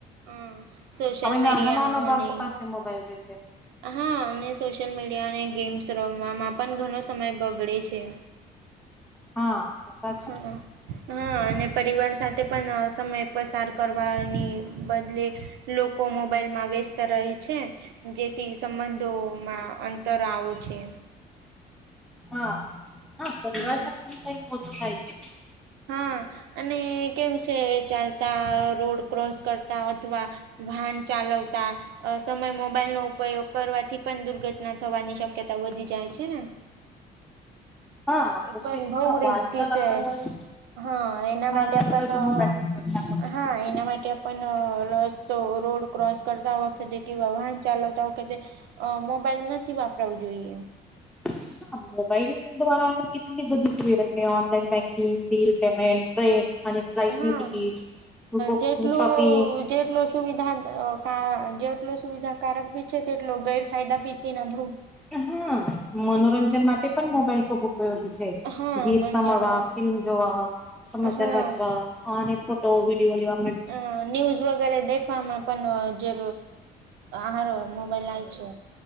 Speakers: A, on the right; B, in the centre.
A: હા સોશિયલ
B: હવે નાના
A: મીડિયા
B: નાના બાળકો
A: અને
B: પાસે મોબાઈલ રહેે છે.
A: હા અને સોશિયલ મીડિયા અને ગેમ્સ રમવામાં પણ ઘણો સમય બગડે છે.
B: હા તો સાચ
A: હા
B: જ
A: હા અને પરિવાર સાથે પણ સમય પસાર કરવાની બદલે લોકો મોબાઈલમાં વ્યસ્ત રહે છે. જેથી સંબંધોમાં અંતર આવો છે.
B: હા હા પરિવાર
A: હમ
B: સાથે ન ટાઈમ ઓછો થાય છે.
A: હા અને કેમ છે ચાલતા રોડ ક્રોસ કરતા અથવા વાહન ચાલવતા અ સમય મોબાઈલનોો ઉપયોગ કરવાથી પણ દુર્ઘટના થવાની શક્યતા વધી જાય છેન.
B: હા
A: એ
B: તો
A: પણ
B: છે
A: બહુ
B: હા
A: રિસ્કી
B: વાંચા લગતા
A: છે.
B: હોય
A: હા એના
B: વાંચા
A: માટે
B: લગતા
A: પણ
B: હોય તો મોબાઈલનો ઉપયોગ ના કરવો
A: હા
B: જોઈએ
A: એના માટે પણ રસ તો રોડ ક્રોસ કરતા વખતે કેવા વાહન ચાલવતા વખતે અ મોબાઈલ નથી વાપરાવું જોઈએ.
B: હ મોબાઈલ દ્વારા કેટલી બધી સુવિધા છે online banking bill payment train અને ફ્લાઇટની
A: હા
B: ટિકિટ બુક
A: જેટલું
B: શોપિંગ
A: જેટલો સુવિધા જેટલો સુવિધાકારક ભી છે તેટલો ગેરફાયદા પીતી ના ભ
B: હા મનોરંજન માટે પણ મોબાઈલ ખૂબ યોગી છે
A: હા
B: ગીત
A: મંજન
B: સાભળવા ફિલ્મ જોવા સમાચાર
A: હા
B: વાંચવા હ ફોટો વ વિડીયો લવા
A: અ ન્યૂઝ વગેરે દ ફમ પણ જે આાર મોબાઈલ છે.